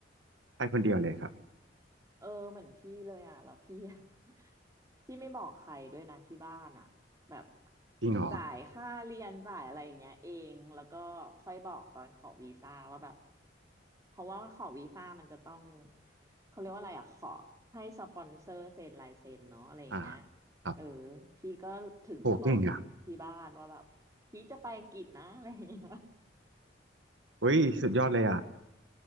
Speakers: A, on the right; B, on the right.
A: ไปคนเดียวเลยครับ
B: เออเหมือนพี่เลยอ่ะแล้วพี่อ่ะ <laughs> พี่ไม่บอกใครด้วยนะที่บ้านอ่ะแบบ
A: จริงเหรอ
B: จ่ายค่าเรียนจ่ายอะไรอย่างเงี้ยเองแล้วก็ค่อยบอกตอนขอวีซ่าว่าแบบเพราะว่าขอวีซ่ามันจะต้องเขาเรียกว่าอะไรอ่ะขอให้สปอนเซอร์เซ็นลายเซ็นเนาะอะไรอย่างเงี้ย
A: อ่าครับ
B: เออพี่ก็ถึงจะบอกที่บ้านว่าแบบพี่จะไปอังกฤษนะ
A: โหเก่งอ่ะ
B: <laughs> อะไรอย่างเงี้ย
A: เฮ้ยสุดยอดเลยอ่ะ